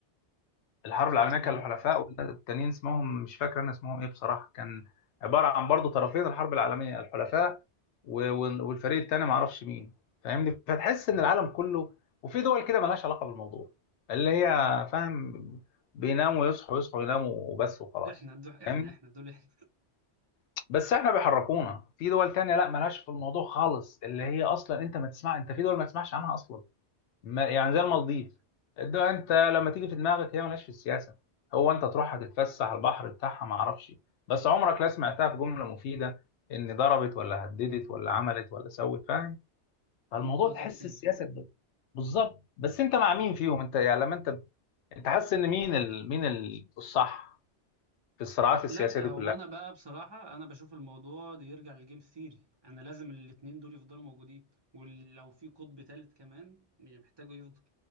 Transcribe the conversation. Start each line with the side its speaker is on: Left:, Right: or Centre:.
Left: الحرب العالميه
Right: ال...
Left: كان الحلفاء والتانيين اسمهم مش فاكر انا اسمهم ايه بصراحه كان عباره عن برضو طرفين الحرب العالميه الحلفاء و... وال- والفريق الثاني ما اعرفش مين فاهمني فتحس ان العالم كله وفي دول كده ملهاش علاقه بالموضوع اللي هي فاهم بيناموا يصحوا يصحوا يناموا وبس وخلاص
Right: إحنا دول إحنا
Left: فاهمني
Right: إحنا دول إحنا
Left: بس احنا بيحركونا في دول تانية لا مالهاش في الموضوع خالص اللي هي اصلا انت ما تسمع انت في دول ما تسمعش عنها اصلا ما يعني زي المالديف
Right: <laughs>
Left: الدول انت لما تيجي في دماغك هي مالهاش في السياسة هو انت تروح هتتفسح على البحر بتاعها ما اعرفش بس عمرك لا سمعتها في جملة مفيدة ان ضربت ولا هددت ولا عملت ولا سوت فاهم فالموضوع
Right: ما بتوع
Left: تحس
Right: ترفيه
Left: السياسة ب- بالظبط بس انت مع مين فيهم انت يعني لما انت انت حاسس ان مين ال... مين ال... الصح في الصراعات السياسية
Right: لا
Left: دي
Right: هو
Left: كلها
Right: أنا بقى بصراحة أنا بشوف الموضوع ده يرجع للجيم ثيري أنا لازم الاتنين دول يفضلوا موجودين ولو في قطب تالت كمان يعني محتاجه يفضل